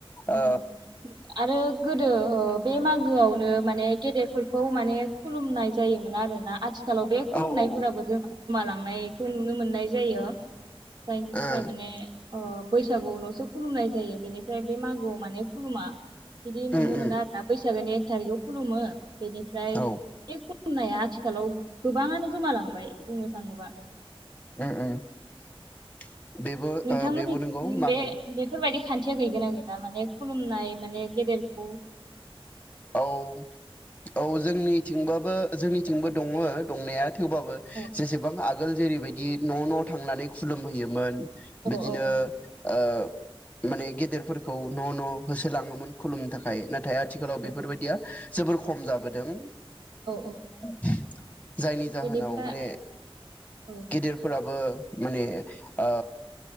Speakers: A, on the left; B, on the right.
A: ओ
B: अ
A: औ
B: अ आरो गोदो ओ बे मागोआवनो माने गेदेरफोरखौ माने खुलुमनाय जायोमोन आरो ना आथि खालाव बे खुुमनायफोराबो
A: औ ओ
B: <unintelligible> गोमालांनायखौ नुनो मोननाय जायो जायनि थाखाय
A: उम
B: माने ओ बैसागुआवलसो खुलुमनाय जायो बेनिफ्राय बे मागोआव माने खुलुमा बिदि नुनो
A: उम
B: मोनो आरोना बैसागोनि एक थारिखआव खुलुमो बेनिफ्राय
A: औ
B: <unintelligible> खुलुमनाया आथि खालाव गोबाङानो गोमालां बाय बुंनो थाङोबा
A: ओम-ओम बेबो
B: नोंथांमोननिथिं
A: ओ बेबो नोंगौ मागो
B: बे बेफोरबायदि खान्थिया गैगोना गैला माने खुलुमनाय माने गेदेर औ
A: औ-औ जोंनिथिंबाबो जोंनिथिंबो दङ दंनाया थेवबाबो
B: ओ
A: जेसेबां आगोल जेरैबायदि न न थांनानै खुलुमहैयोमोन
B: औ औ
A: बिदिनो ओ माने गेदेरफोरखौ न न होसोलाङोमोन खुलुमनो थाखाय नाथाय आथिखालाव
B: औ
A: बे फोरबायदिया जोबोर खम जाबोदों
B: औ
A: <inaudible> जायनि
B: औ
A: जाहोनाव
B: बेनिफ्राय
A: माने
B: औ
A: गेदेरफोराबो माने ओ